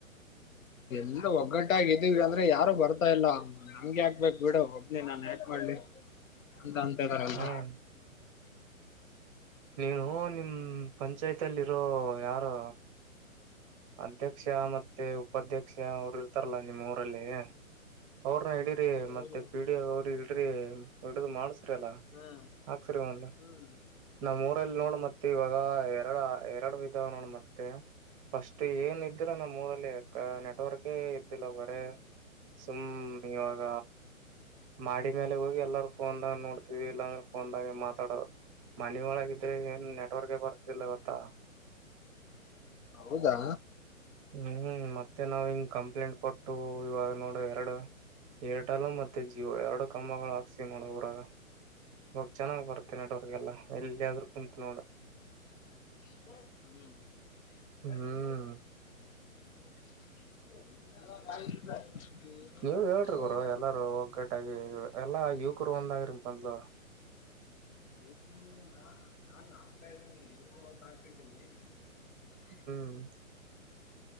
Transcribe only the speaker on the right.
ಹ್ಮ್ ನೀನು ನಿಮ್ಮ ಪಂಚಾಯತಿಯಲ್ಲಿ ಇರೋ ಯಾರು ಅಧ್ಯಕ್ಷ ಮತ್ತೆ ಉಪಾಧ್ಯಕ್ಷ ಅವರು ಇರ್ತಾರಲ್ಲ ನಿಮ್ಮ್ ಊರಲ್ಲಿ ಅವ್ರನ ಇಡರಿ
ಮತ್ತೆ ಪಿ ಡಿ ಓ ಅವ್ರ ಇಡ್ರಿ ಹಿಡ್ದ ಮಾಡಸಿರಿ ಲ್ಲ
ಹಾಕ್ಸರಿ ಒಂದು
ನಮ್ಮ್ ಊರಲ್ಲಿ ನೋಡ ಮತ್ತೆ ಇವಾಗ ಎರಡ ಎರಡು ಇದಿದಾವ ನೋಡ ಮತ್ತೆ ಫಸ್ಟ್ ಏನ್ ಇದ್ದಿಲ್ಲ ನಮ್ಮ್ ಊರಲ್ಲಿ ನೆಟ್ವರ್ಕೇ ಇದ್ದಿಲ್ಲ ಬರೆ ಸುಮ್ ಇವಾಗ ಮಾಹಾಡಿ ಮೇಲೆ ಹೋಗಿ ಎಲ್ಲರ ಫೋನ್ದಾಗ ನೋಡ ಇಲ್ಲಾ ಅಂದ್ರೆ ಫೋನ್ದಾಗೆ ಮಾತಾಡೋ ಮನ ಒಳಗ ಇದ್ರೆ ಏನ್ ನೆಟ್ವರ್ಕ್ ಬರ್ತದಿಲ್ಲ ಗೊತ್ತಾ
ಹ್ಮ್ ಮತ್ತೆ ನಾವ್ ಹಿಂಗ್ ಕಂಪ್ಲೇಂಟ್ ಕೊಟ್ಟು ಇವಾಗ ನೋಡು ಎರಡು ಏರ್ಟೆಲ್ ಮತ್ತೆ ಜಿಯೋ ಎರಡು ಕಮ್ಮಗಳು ಹಾಕ್ಸ ನೋಡು ಊರಾಗ ಇವಾಗ ಚೆನ್ನಾಗ್ ಬರ್ತ್ತೆ ನೆಟ್ವರ್ಕ್ ಎಲ್ಲಾ ಎಲ್ಲಿಯಾದ್ರೂ ಕುಂತು ನೋಡು
ಹ್ಮ್
ನೀವ್ ಹೇಳ್ರಿ ಗುರು ಎಲ್ಲಾರೂ ಒಗ್ಗಟ್ಟಾಗಿ ಎಲ್ಲಾ ಯುವಕರು ಒಂದಾಗ್ರೀ ಮೊದಲು
ಹ್ಮ್